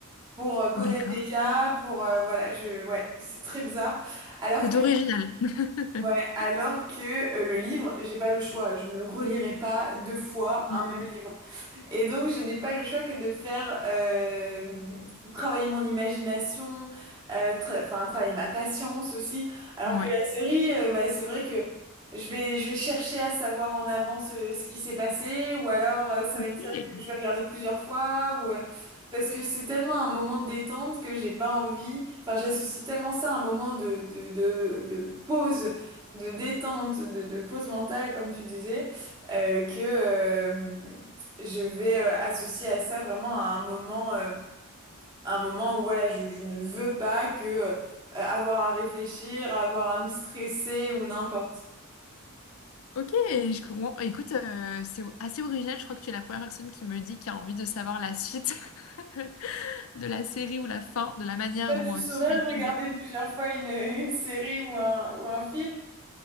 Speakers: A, on the right; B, on the left.
A: pour euh, connaître
B: D'accord.
A: déjà, pour, euh, voilà, je, ouais, c'est très bizarre. Alors
B: C'est
A: que
B: original. <laughs>
A: Ouais, alors que euh, le livre, j'ai pas le choix, je ne relirai pas deux fois
B: Mhm.
A: un même livre. Et donc, je n'ai pas le choix que de faire euh, travailler mon imagination, euh, tra- enfin, travailler ma patience aussi. Alors
B: Ouais.
A: que la série, euh, bah, c'est vrai que je vais, je vais chercher à savoir en avance euh, ce qui s'est passé, ou alors euh, ça va
B: Ok.
A: être une série que je vais regarder plusieurs fois, ou, euh, parce que c'est tellement un moment de détente que j'ai pas envie. Enfin, j'associe tellement ça à un moment de, de, de, de pause, de détente, de, de pause mentale, comme tu disais, euh, que. euh, je vais euh, associer à ça vraiment à un moment, euh, un moment où voilà, je, je ne veux pas que euh, avoir à réfléchir, avoir à me stresser ou n'importe.
B: Ok, je comprends. Écoute, euh, c'est assez original. Je crois que tu es la première personne qui me dit qui a envie de savoir la suite <laughs> de la série ou la fin, de la manière
A: Toi,
B: dont
A: tu saurais
B: euh, qui est
A: regarder
B: tué.
A: plusieurs fois une, <laughs> une série ou un, ou un film?